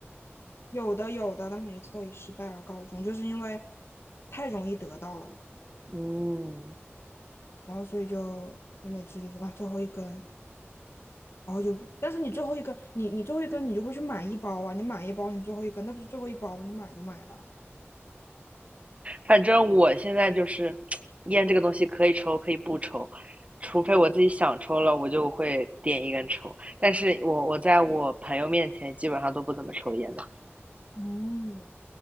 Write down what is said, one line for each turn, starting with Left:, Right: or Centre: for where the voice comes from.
Left: 有的有的，但每一次都以失败而告终，就是因为太容易得到了，
Right: 嗯，
Left: 然后所以就每次就说啊最后一根，然后就，但是你最后一根，你你最后一根你就会去买一包啊，你买一包你最后一根，那不是最后一包吗？你买都买了。
Right: 反正我现在就是 <tsk> 烟这个东西可以抽可以不抽，除非我自己想抽了，我就会点一根抽。但是我我在我朋友面前基本上都不怎么抽烟的。
Left: 嗯，